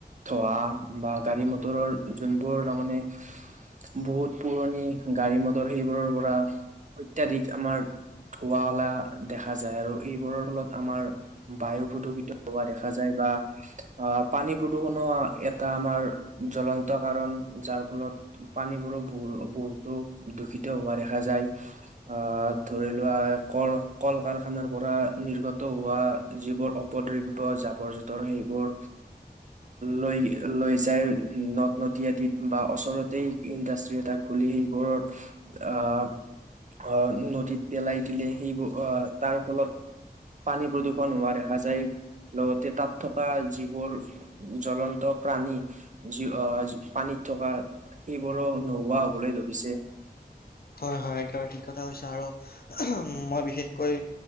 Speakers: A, on the right (about 50°); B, on the left (about 65°).
A: ধোৱা বা গাড়ী মটৰৰ যোনবোৰ তাৰমানে বহুত পুৰণি গাড়ী মটৰ সেইবোৰৰ পৰা। অত্যাধিক আমাৰ ধুৱালা দেখা। দে য আৰু এইবোৰৰ ফলত আমাৰ বায়ু প্ৰদূষিত হোৱা দেখা যায় বা প পানী প্ৰদূষণো এটা আমাৰ জ্বলন্ত কাৰণ যাৰ ফলত পানীবোৰো বহু। বহুতো দূষিত হোৱা দেখা যায় আহ ধৰি লোৱা কল, কল কাৰ। খানাৰ পৰা নিৰ্গত হোৱা যিবোৰ অপদ্ৰব্য় জাবৰ জোঁতৰ সেইবোৰ লৈ লৈ যায় নদ নদী আদিত বা ওচৰতে ইণ্ডাষ্ট্ৰি এটা খুলি। সেইবোৰত আহ আহ নদীত পেলাই দিলে সেইবোৰ আহ। তাৰ ফলত পানী প্ৰদূৰষণ হোৱা দেখা যায়। লগতে তাত থকা যিবোৰ জলন্ত প্ৰাণী যি পানীত। থকা সেইবোৰো নোহোৱা হবলৈ ধৰিছে।
B: হয় হয় একেবাৰে ঠিক কথা কৈছা আৰু মই বিশেষকৈ